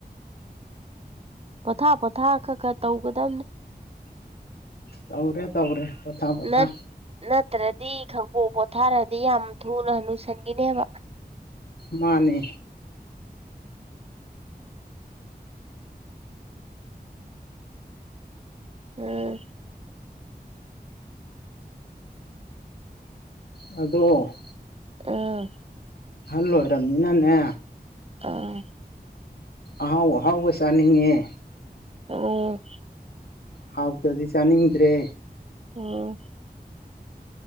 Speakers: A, on the right; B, on the left.
A: ꯄꯣꯊꯥ ꯄꯣꯊꯥ ꯈꯛ ꯈꯔ ꯇꯧꯒꯗꯕꯅꯦ
B: ꯇꯧꯔꯦ ꯇꯧꯔꯦ ꯄꯣꯊꯥ ꯄꯣꯊꯥ
A: ꯅꯠ ꯅꯠꯇ꯭ꯔꯗꯤ ꯈꯕꯣꯛ ꯄꯣꯊꯥꯔꯗꯤ ꯌꯥꯝ ꯊꯨꯅ ꯂꯨꯁꯟꯈꯤꯅꯦꯕ
B: ꯃꯥꯅꯦ
A: ꯎꯝ
B: ꯑꯗꯣ
A: ꯑꯥ
B: ꯍꯜ ꯑꯣꯢꯔꯅꯤꯅꯅꯦ
A: ꯑꯥ
B: ꯑꯍꯥꯎ ꯑꯍꯥꯎꯕ ꯆꯥꯅꯤꯡꯉꯦ
A: ꯎꯝ
B: ꯍꯥꯎꯇꯗꯤ ꯆꯥꯅꯤꯡꯗ꯭ꯔꯦ
A: ꯑꯣ